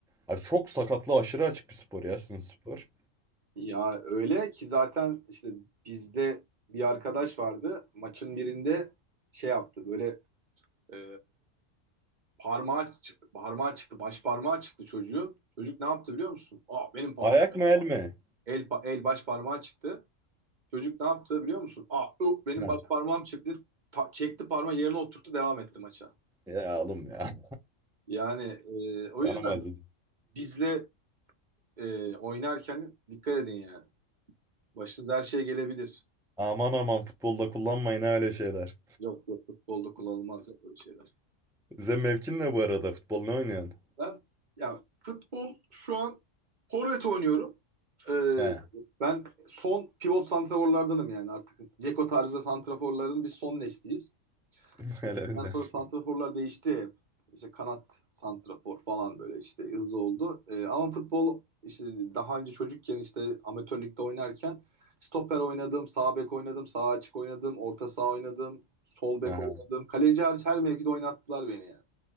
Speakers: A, in the centre; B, on the right (about 45°).
A: Abi çok sakatlı aşırı açık bir spor ya sizin spor.
B: Ya öyle ki zaten işte bizde bir arkadaş vardı. Maçın birinde şey yaptı. Böyle e, parmağı çı- parmağı çıktı. Baş parmağı çıktı çocuğun. Çocuk ne yaptı biliyor musun? Aa benim parmağım
A: Ayak mı el mi?
B: el pa- el baş parmağı çıktı. Çocuk ne yaptı biliyor musun? Aa uh, benim
A: Ha.
B: baş parmağım çıktı. Ta- çekti parmağı yerine oturttu devam etti maça.
A: Ya oğlum ya.
B: Yani e, o
A: <laughs> Canım
B: yüzden
A: acıdı.
B: bizle e, oynarken dikkat edin yani. Başınıza her şey gelebilir.
A: Aman aman futbolda kullanmayın ha öyle şeyler.
B: Yok yok futbolda kullanılmaz ya böyle şey.
A: Size mevkin ne bu arada? Futbol ne oynuyorsun?
B: Ben ya futbol şu an forvet oynuyorum. Ee,
A: He.
B: ben son pivot santraforlardanım yani artık. Ceko tarzı santraforların biz son nesliyiz.
A: <laughs> Öyle
B: Ondan
A: mi diyorsun?
B: sonra santraforlar değişti hep. İşte kanat santrafor falan böyle işte hızlı oldu. Ee, ama futbol işte daha önce çocukken işte amatör ligde oynarken stoper oynadım, sağ bek oynadım, sağ açık oynadım, orta saha oynadım, sol bek
A: Aha.
B: oynadım. Kaleci hariç her mevkide oynattılar beni yani.